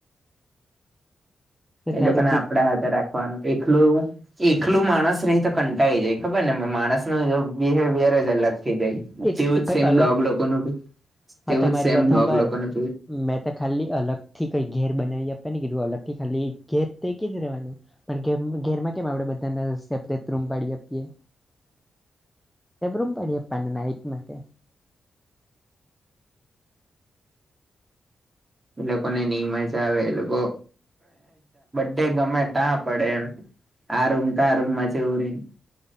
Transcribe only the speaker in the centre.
તો
તારું
જે
એટલે
કઈ
અલગ
હા તમારી
વાત
હાંભર
મેં તો ખાલી અલગ થી કઈ ઘેર બનાવી આપે ને કીધું અલગ થી ખાલી ઘેર તે કે જ રહેવાનું. પણ ઘેરમાં કેમ આપણેે બધાને સેપરેટ રૂમ પાડી આપીએ એમ રૂમ પાડી આપવાના નાઈટ માટે.